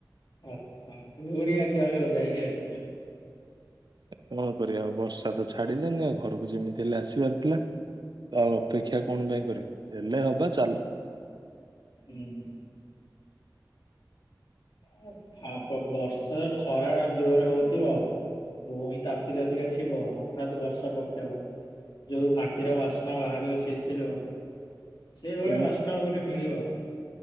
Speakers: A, on the left; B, on the right.
A: ଆଚ୍ଛା, ଫୁଣି ଆଜି ଆହୁରି ଓଦା ହେଇକି ଆସିଛ
B: କଣ କରିବା ଆଉ ବର୍ଷା ତ ଛାଡିଲାନି, ଆଉ ଘରକୁ ଯେମିତି ହେଲେ ଆସିବାର ଥିଲା -ତ ଆଉ ଅପେକ୍ଷା
A: ହୁଁ।
B: କଣ ପାଇଁ କରିବି? ହେଲେ ହବ ଚାଲ
A: ହୁଁ । ହେ ଫା ପବ ବର୍ଷା ଖରା । ଜୋରେ ହଉଥିବ ଭୁଇଁ ତାତି ତାତିକା ଥିବ ହଠାତ୍ ବର୍ଷା ପକେଇବ । ଯୋଉ ମାଟିର ବାସ୍ନା ବାହାରିବ ସେଇଥିରୁ । ସେଇଭଳିଆ
B: ମୁଁ
A: ବାସ୍ନା ଆଉ କୋଉଠି ମିଳିବ ।